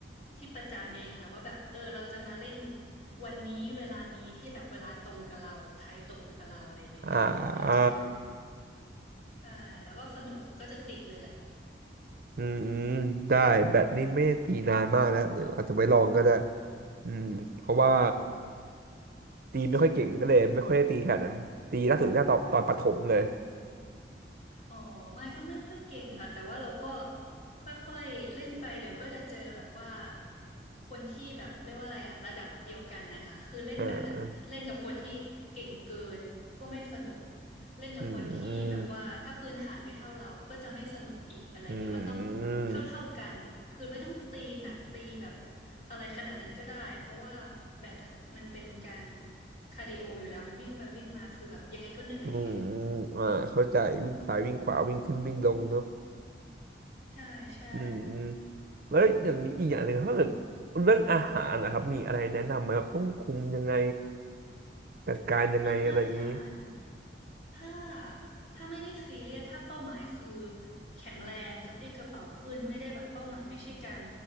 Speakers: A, on the left (about 40°); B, on the right (about 50°).
A: ที่ประจำเองค่ะว่าแบบเออเราจะมาเล่นวันนี้เวลานี้ที่แบบเวลาตรงกับเราไทยตรงกับเราอะไรเงี้ยเดี๋ยวมันก็เจอ
B: อ่าอ่า
A: ใช่แล้วก็สนุกมันก็จะติดเลยแหละ
B: อืมอืมได้แบตนี่ไม่ได้ตีนานมากแล้วเดี๋ยวอาจจะไว้ลองก็ได้อืมเพราะว่า ตีไม่ค่อยเก่งก็เลยไม่ค่อยได้ตีขนาดนั้นตีล่าสุดได้ตอนตอนประถมเลย
A: อ๋อไม่ก็ไม่ค่อยเก่งค่ะแต่ว่าเราก็ค่อยๆเล่นไปเดี๋ยวก็จะเจอแบบว่าคนที่แบบเรียกว่าอะไรอะระดับเดียวกันนะคะคือเล่นแบดอะเล่นกับคนที่เก่งเกินก็ไม่สนุก
B: อ่า
A: เล่นกับคนที่แบบว่าถ้าพื้นฐานไม่เท่าเราก็จะไม่สนุกอีกอะไรเงี้ยมันต้องเท่าๆกันคือไม่ต้องตีหนักตีแบบ
B: อืมอืม
A: อะไรขนาดนั้นก็ได้เพราะว่าแบดอะมันเป็นการคาร์ดิโออยู่แล้วมันวิ่งไปวิ่งมาคือแบบยังไงก็เหนื่อย
B: อืมอืมอมอ่าเข้าใจวิ่งซ้ายวิ่งขวาวิ่งขึ้นวิ่งลงเนาะ
A: ใช่ใช่
B: อืมอืมแล้วอย่างนี้อีกอย่างหนึ่งถ้าเกิดเรื่องอาหารนะครับมีอะไรแนะนำไหมแบบต้องคุมยังไงจัดการยังไงอะไรอย่างนี้
A: เรื่องอาหารถ้าถ้าไม่ได้ซีเรียสถ้าเป้าหมายคือแข็งแรงกระปรี้กระเป๋าขึ้นไม่ได้แบบเป้าหมายไม่ใช่การ